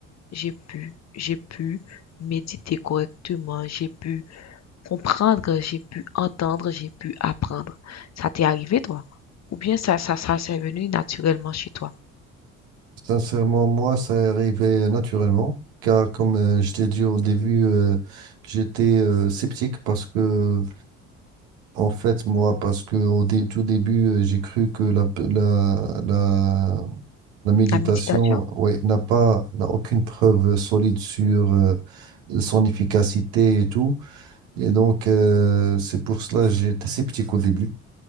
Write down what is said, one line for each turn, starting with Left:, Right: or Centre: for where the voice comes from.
Left: j'ai pu, j'ai pu méditer correctement, j'ai pu comprendre, j'ai pu entendre, j'ai pu apprendre. Ça t'est arrivé, toi? Ou bien ça, ça, ça, c'est venu naturellement chez toi?
Right: Sincèrement, moi, ça est arrivé euh, naturellement, car comme euh, je t'ai dit au début, euh, j'étais euh, sceptique parce que, en fait, moi, parce que au dé- tout début, euh, j'ai cru que la, la, la, la méditation,
Left: La méditation,
Right: ouais, n'a pas, n'a aucune preuve solide sur euh, son efficacité et tout. Et donc, euh, c'est pour cela que j'étais sceptique au début.